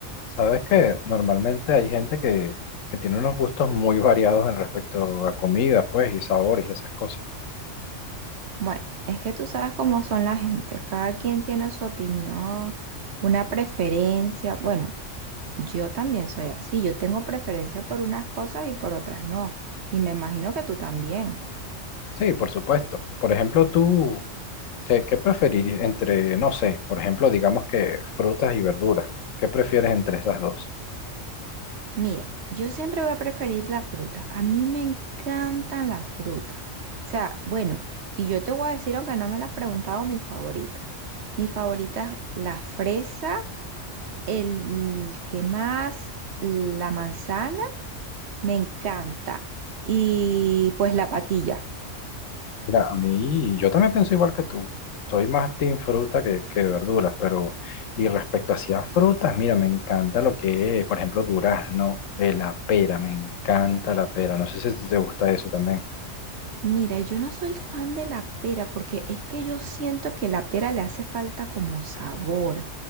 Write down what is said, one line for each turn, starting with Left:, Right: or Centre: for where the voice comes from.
Left: Sabes que normalmente hay gente que, que tiene unos gustos muy variados en respecto a comida, pues, y sabores y esas cosas.
Right: Bueno, es que tú sabes cómo son la gente, cada quien tiene su opinión, una preferencia. Bueno, yo también soy así, yo tengo preferencia por unas cosas y por otras no, y me imagino que tú también.
Left: Sí, por supuesto. Por ejemplo, tú, ¿qué, qué preferirías entre, no sé, por ejemplo, digamos que frutas y verduras? ¿Qué prefieres entre esas dos?
Right: Mira, yo siempre voy a preferir la fruta, a mí me encantan las frutas. O sea, bueno, y yo te voy a decir, aunque no me las has preguntado, mi favorita. Mi favorita es la fresa, el que más, la manzana Me encanta. Y pues la patilla.
Left: Mira, a mí, yo también pienso igual que tú. Soy más team fruta que, que verduras, pero, y respecto hacia frutas, mira, me encanta lo que es, por ejemplo, durazno, eh, la pera, me encanta la pera. No sé si te gusta eso también.
Right: Mira, yo no soy fan de la pera porque es que yo siento que la pera le hace falta como sabor.